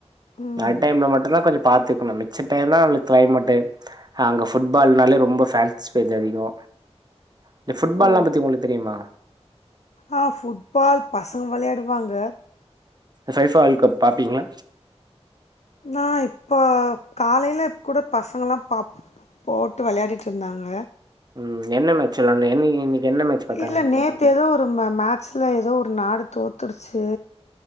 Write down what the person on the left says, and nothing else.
ம்
ஓ
ஆ ஃபுட்பால் பசங்க வெளயாடுவாங்க
நா இப்ப காலைல கூட பசங்களா பாப் போட்டு வெளயாடிட்ருந்தாங்க
இல்ல நேத் தே எதோ ஒரு மே மேட்ச்ல எதோ ஒரு நாடு தோத்துடுச்சு